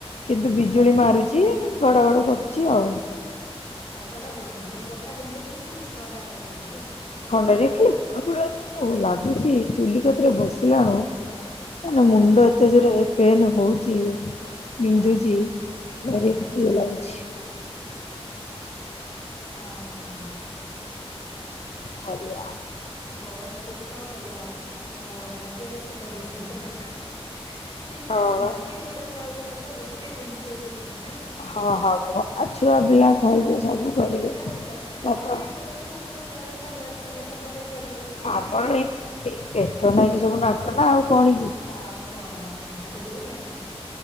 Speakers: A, on the left (about 80°); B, on the left (about 45°).
A: କିନ୍ତୁ
B: ବର୍ଷା
A: ବିଜୁଳି
B: ହଉନି
A: ମାରୁଛି ଘଡ ଘଡ କରୁଛି
B: ହୁଁ।
A: ଆଉ
B: ବର୍ଷା ଟା ହଉନି ନି ବର୍ଷା ହେଲେ ବି ଥଣ୍ଡା ହଉନି ନାଇ।
A: କଣ କହିଲେ ଖାଲି ବଡ ଗୋଡ ଯୋଉ ଲାଗୁଛି ଚୁଲି କତିରେ ବସିଲା ବେଳକୁ। ମାନେ
B: ହୁଁ
A: ମୁଣ୍ଡ ଏତେଜରେ ପେନ୍ ହଉଚି। ବିନ୍ଧୁଚି
B: ହଁ
A: ଘରେ
B: ହୁଁ
A: ଏକୁଟିଆ ଲାଗୁଚି।
B: ହଁ।
A: ପରିବା।
B: ଗରମକୁୁ କଣ କରିବା ଆଉ ଆମର ଭାଗ୍ୟରେ ଥିବା ସେଇ ଜିନିଷଟା
A: ହଁ
B: ବାକି କଉଟା ତା ବିିନ ତ ରୋଷେଇ ଯେମିତି ହେଲେ ବି ହଁ କରିବ।
A: ହଁ ହଁ କୁହ ଆଉ ଛୁଆ ପିଲା ଖାଇବେ ସବୁ। କରିବେ
B: ଛୁଆ ପିଲା ସବୁ କାହା
A: ବାପା
B: ପାଇଁ କରୁ କି ନ କରୁ ଛୁଆ ପିଲା ବୟସ୍କ ଲୋକଙ୍କ ପାଇଁ କରିବ କି? ନାଇଁ।
A: ଆମର ଏଇ ଏ ପେଟ ନାକି ସବୁ ନାଟ ନା ଆଉ କଣ କି?
B: ଆଉ କଣ ପେଟ ଯଗୁ ନାଟ।